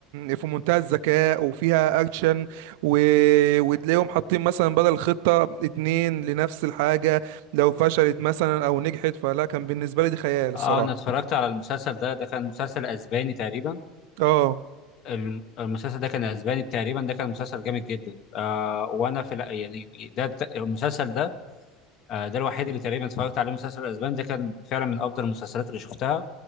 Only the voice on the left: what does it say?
اه
انا اتفرجت على المسلسل ده ده كان مسلسل اسباني تقريبا
الم- المسلسل ده كان اسباني تقريبا ده كان مسلسل جامد جدا آه وانا في الأ- يعني ده الت- المسلسل ده آه ده الوحيد اللي تقريبا اتفرجت عليه مسلسل اسباني ده كان فعلا من افضل المسلسلات اللي شفتها